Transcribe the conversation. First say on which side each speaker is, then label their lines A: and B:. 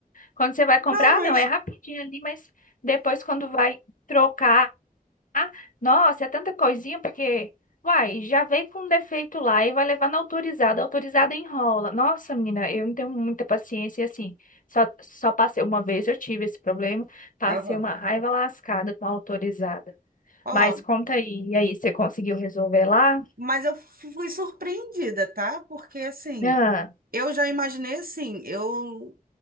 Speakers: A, on the left; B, on the right.
A: Quando você vai comprar,
B: Não, mas
A: não, é rapidinho ali, mas depois quando vai trocar ah, Nossa, é tanta coisinha, porque, uai, já veio com um defeito lá e vai levar na autorizada. A autorizada enrola. Nossa, menina, eu não tenho muita paciência e assim. Só, só passei uma vez, eu tive esse problema. Passei
B: Aham.
A: uma raiva lascada com a autorizada.
B: Ó,
A: Mas conta aí, e aí, você conseguiu resolver lá?
B: Mas eu fui surpreendida, tá? Porque assim,
A: Ah,
B: eu já imaginei assim, eu